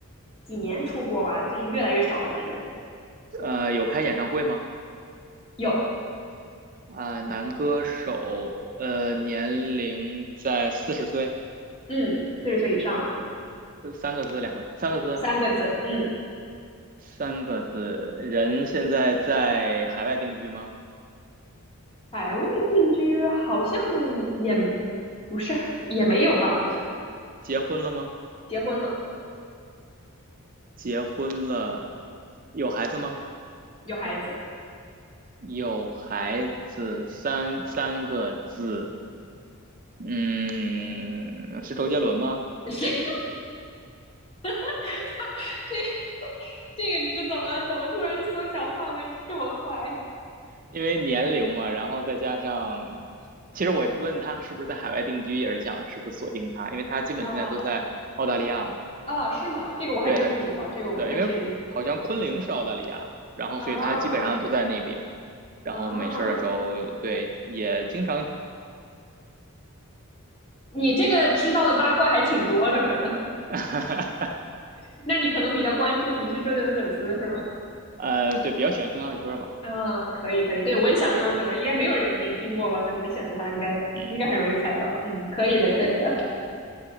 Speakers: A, on the left; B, on the right.
A: 几年出过吧，就是越来越少了，反正
B: 呃，有开演唱会吗？
A: 有，
B: 啊、男歌手，呃，年龄在四十岁，
A: 嗯，四十岁以上
B: 呃三个字，两个，三个字啊，
A: 三个字，嗯，
B: 三个字，人现在在海外定居吗？
A: 海外定居好像也不是很也没有吧，好像
B: 结婚了吗？
A: 结婚了，
B: 结婚了，有孩子吗？
A: 有孩子，
B: 有孩子三三个字，嗯，是周杰伦吗？
A: <laughs> 是是的，<laughs> 他这这个你是怎么怎么突然就缩小范围这么快
B: 因为年龄嘛，然后再加上，其实我问他是不是在海外定居，也是想是不是锁定他，因为他基本现在都在澳大利亚嘛。
A: 啊？啊哦是吗？这个我还真不知道，
B: 对他，
A: 这个我不太确定。
B: 对，因为好像昆凌是澳大利亚，然后所以他基本上都在那边，
A: 哦
B: 然后没事儿的时候，
A: 哦，
B: 对，也经常，
A: 你这个知道的八卦还挺多的，可能，
B: <laughs>
A: <laughs> 那你可能比较关注，你是周杰伦粉丝是吗？
B: 呃，对，比较喜欢听他的歌吧，
A: 嗯，可以可以，对，
B: 嗯
A: 我也想说，可能应该没有人没听过吧，所以我就选了他，应该应该很容易猜到。
B: 嗯
A: 嗯，可以的，
B: 嗯。
A: 可以的。